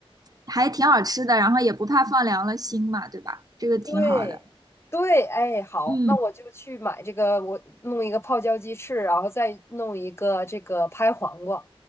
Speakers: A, on the right (about 40°); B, on the left (about 25°).
A: 还挺好吃的，然后也不怕放凉了心嘛，对吧？这个挺好的。
B: 对对，哎，好，
A: 嗯，
B: 那我就去买这个，我弄一个泡椒鸡翅，然后再弄一个这个拍黄瓜。